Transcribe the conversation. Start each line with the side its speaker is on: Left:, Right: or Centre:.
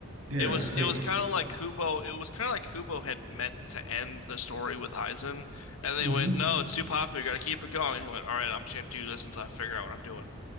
Right: Yeah,
Left: It was
Right: it's
Left: it
Right: like,
Left: was kind of like Kubo. It was kind of like Kubo had meant to end the story with Aizen, and
Right: hmm
Left: they went, "No, it's too popular. You got to keep it going." And he went, "All right, I'm just gonna do this until I figure out what I'm doing."